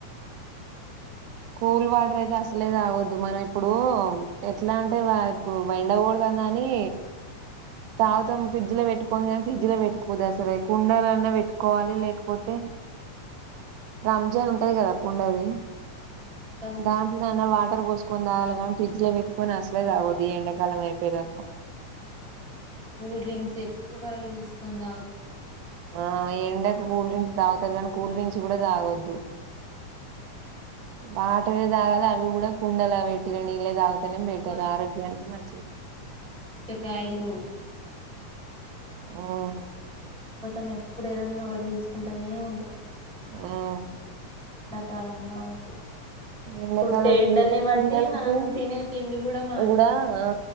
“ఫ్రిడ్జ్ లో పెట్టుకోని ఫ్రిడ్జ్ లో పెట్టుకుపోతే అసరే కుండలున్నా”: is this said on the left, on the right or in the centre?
Right